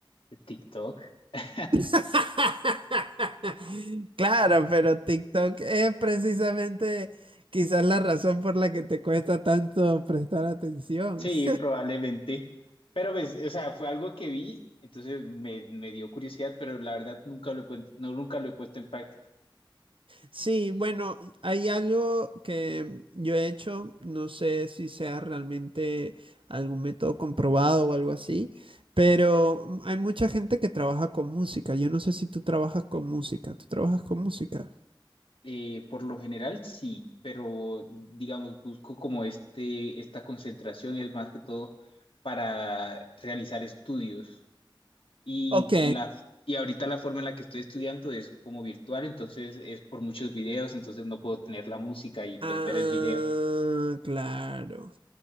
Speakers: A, on the left; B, on the right.
A: TikTok? <laughs>
B: <laughs> Claro, pero TikTok es precisamente quizás la razón por la que te cuesta tanto prestar atención.
A: Sí,
B: <laughs>
A: probablemente. Pero pues, o sea, fue algo que vi, entonces me, me dio curiosidad, pero la verdad nunca lo he, puen- no, nunca lo he puesto en práctica.
B: Sí, bueno, hay algo que yo he hecho, no sé si sea realmente algún método comprobado o algo así, pero hay mucha gente que trabaja con música. Yo no sé si tú trabajas con música. ¿Tú trabajas con música?
A: Eh, por lo general sí, pero digamos, busco como este, esta concentración es más que todo para realizar estudios. Y,
B: Ok.
A: la, y ahorita la forma en la que estoy estudiando es como virtual, entonces es por muchos videos, entonces no puedo tener la música y pues
B: Ah,
A: ver el video.
B: claro.